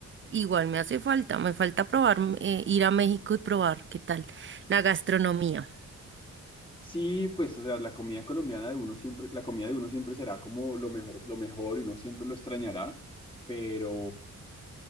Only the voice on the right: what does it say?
Igual me hace falta, me falta probar, mm, eh, ir a México y probar qué tal la gastronomía.